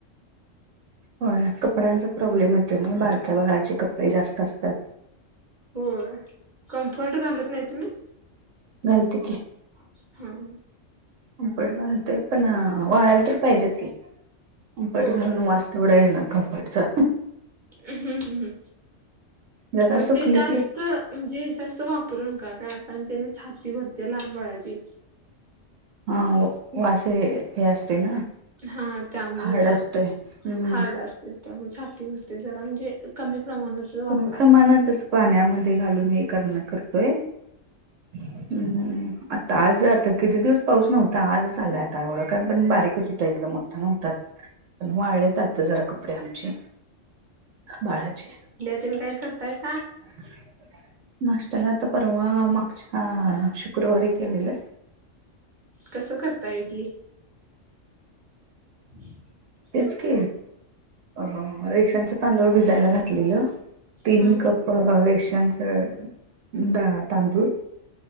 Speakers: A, on the right; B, on the right.
A: हो कपड्यांचा प्रॉब्लेम येतो नाही बारक्या बाळाचे कपडे जास्त असतात.
B: होय कम्फर्ट घालत नाही तुम्ही
A: घालतो की
B: हा ह
A: कम्फर्ट घालतोय पण वाळायला तर पाहिजेत की कम्फर्ट
B: होय
A: घालून वास थोडा येणार कम्फर्टचा
B: हम्म हम् हम्
A: जरा
B: पण
A: सुकली
B: ते जास्त
A: की
B: म्हणजे जास्त वापरू नका का कारण त्यान छाती भरत्या लहान बाळाची.
A: हा वो वास हे हे असतय ना
B: हा त्यामुळे
A: हार्ड
B: जरा
A: असतय हम्म
B: हार्ड असते त्यामुळे छाती भरते जरा म्हणजे कमी प्रमाणात वापरा
A: कमी प्रमाणातच पाण्यामध्ये घालून हे करणार कपडे. हम् हम आता आज आता किती दिवस पाऊस नव्हता आजच आलाय आता एवढं काय पण बारीकच होतं इकडं मोठा नव्हताच पण वाळलेत आता जरा कपडे आमचे बाळाचे
B: तुम्ही काय करताय का?
A: <inaudible> नाष्टयाला आता परवा मागच्या शुक्रवारी केलेला
B: कसं करताय इडली? <inaudible>
A: तेच के रेशन्स च तांदूळ भिजायला घातलेलं तीन
B: हा
A: कप, अ रेशनच होय तांदूळ